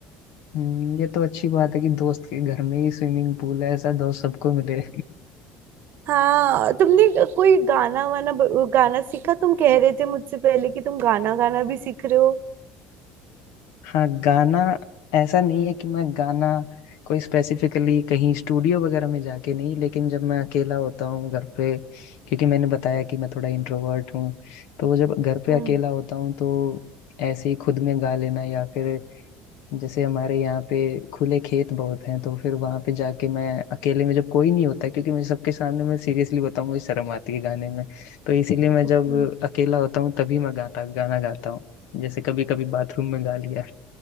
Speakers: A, on the left; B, on the right.
A: हम्म, ये तो अच्छी बात है कि दोस्त के घर में ही स्विमिंग पूल है ऐसा दोस्त सबको मिले
B: हाँ तुमने कोई गाना वाना गाना सीखा तुम कह रहे थे मुझसे पहले कि तुम गाना गाना भी सीख रहे हो
A: हाँ गाना ऐसा नहीं है कि मैं गाना कोई स्पेसिफिकली कहीं स्टूडियो वगैरह में जाके नहीं लेकिन जब मैं अकेला होता हूँ घर पे क्योंकि मैंने बताया कि मैं थोड़ा इंट्रोवर्ट हूँ तो जब घर पे
B: हम्म
A: अकेला होता हूँ तो ऐसे ही खुद में गा लेना या फिर जैसे हमारे यहाँ पे खुले खेत बहुत हैं तो फिर वहां पे जाके मैं अकेले में जब कोई नहीं होता है क्योंकि मुझे सबके सामने मैं सीरियसली बताऊँ मुझे शर्म आती है गाने में तो इसीलिए मैं
B: हम्म।
A: जब अकेला होता हूँ तभी मैं गाता गाना गाता हूँ जैसे कभी कभी बाथरूम में गा लिया